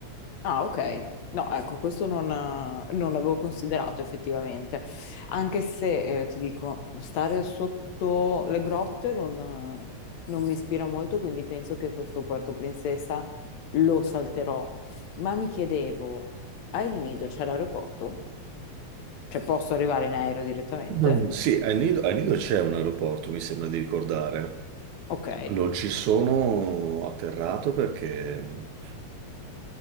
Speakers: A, on the left (about 70°); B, on the right (about 85°).
A: Ah, ok. No, ecco, questo non, eh, non l'avevo considerato effettivamente. Anche se, eh, ti dico, stare sotto le grotte non, eh, non mi ispira molto, quindi penso che questo Puerto Princesa lo salterò. Ma mi chiedevo, a El Nido c'è l'aeroporto? Cioè, posso arrivare in aereo direttamente?
B: Mm. Sì, al nido, al Nido c'è un aeroporto, mi sembra di ricordare.
A: Ok.
B: Non ci sono atterrato perché,